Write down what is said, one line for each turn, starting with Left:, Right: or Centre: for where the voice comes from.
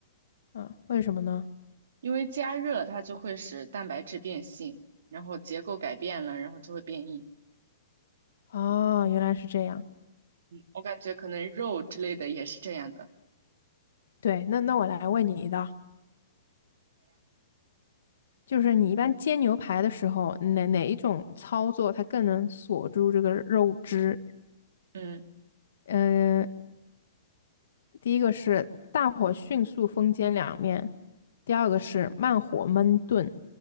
Left: 嗯，为什么呢？
Right: 因为加热它就会使蛋白质变性，然后结构改变了，然后就会变硬。
Left: 哦，原来是这样。
Right: 我感觉可能肉之类的也是这样的。
Left: 对，那那我来问你一道，就是你一般煎牛排的时候，哪哪一种操作它更能锁住这个肉汁？
Right: 嗯
Left: 嗯，第一个是大火迅速封煎两面，第二个是慢火焖炖、